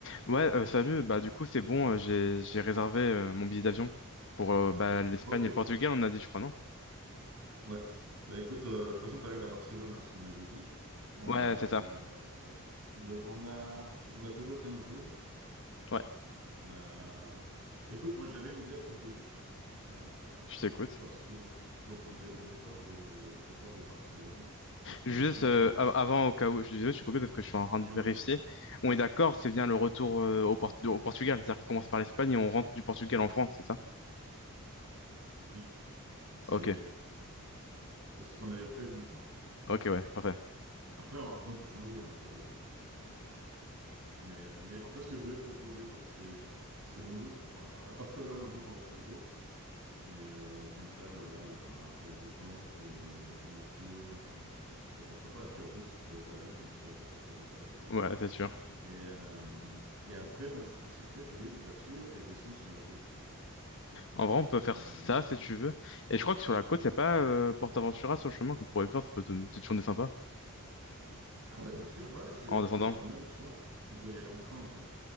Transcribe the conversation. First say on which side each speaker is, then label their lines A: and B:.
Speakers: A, on the left; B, on the right.
A: Ouais, euh, salut. Bah, du coup, c'est bon. euh, j'ai, j'ai réservé euh, mon billet d'avion pour euh, bah, l'Espagne
B: Ok,
A: et le Portugal, on a dit, je crois, non?
B: ouais. Bah écoute, euh, de toute façon, tu arrives à Barcelone, hein, ce qu'on avait dit. Euh,
A: Ouais, c'est ça.
B: donc on a, on a toujours 15 jours.
A: Ouais,
B: Euh, écoute, moi j'avais une idée à te proposer. Euh,
A: je t'écoute.
B: parce que donc, donc on, dé- on départ de, au départ de Barcelone. Je pense que
A: Juste
B: à la limite,
A: euh,
B: on reste.
A: av- avant, au cas où, je suis je suis coupé parce que je suis en train
B: Dis-moi.
A: de vérifier. On est d'accord, c'est bien le retour euh, au, Port- au Portugal. C'est-à-dire qu'on commence par l'Espagne et on rentre du Portugal en France, c'est ça?
B: Oui. C'est
A: Ok,
B: c'est ce qu'on avait prévu, quoi.
A: ok, ouais, parfait.
B: Après, on, après, on peut changer, hein, tu vois, il n'y a pas de souci, quoi. Mais, euh, Mais, mais en fait, ce que je voulais te proposer, donc c'est euh, c'est on loue enfin, à Barcelone en vite, on reste deux jours. Et euh, comme ça, voilà, il y a un peu la détente, euh, la vie nocturne, euh, enfin, puis ça peut être sympa. Et puis après, si tu peux rester à la maison, tu vois, donc il n'y a pas d'hôtel à payer.
A: Ouais, c'est sûr.
B: Et, euh, et après, moi, je pensais peut-être louer une voiture et descendre sur la côte.
A: En vrai, on peut faire
B: Euh,
A: ça si tu veux. Et je crois que sur la côte, il n'y a pas euh, PortAventura sur le chemin qu'on pourrait faire. Ça peut être une petite journée sympa
B: ah ouais, bien sûr, ouais, c'est
A: en
B: euh,
A: descendant.
B: c'est pas même, tu vois, on peut y aller en train en fait.